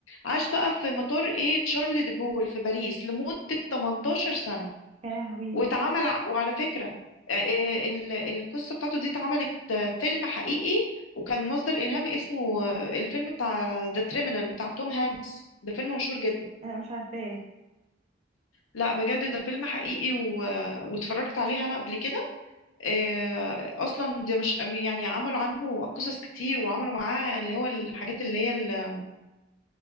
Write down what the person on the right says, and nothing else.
يا لهوي
انا مش عارفاه